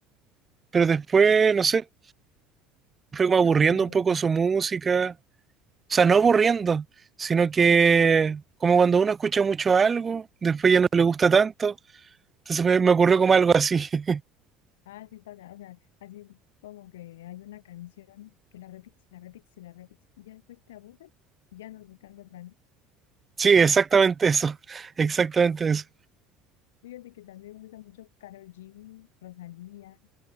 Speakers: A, on the right; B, on the left.
A: pero después, no sé, fue como aburriendo
B: ya no
A: un
B: tanto.
A: poco su música, o sea, no aburriendo, sino que
B: Ajá.
A: como cuando uno escucha mucho algo, después ya no le gusta tanto, entonces me, me ocurrió como algo así. <laughs>
B: Ah, sí pasa, o sea, así como que hay una canción que la repites, la repites y la repites, y ya después te aburres y ya no buscando otra, ¿no?
A: Sí, exactamente eso, <laughs> exactamente eso.
B: Fíjate que también me gusta mucho Karol G, Rosalía,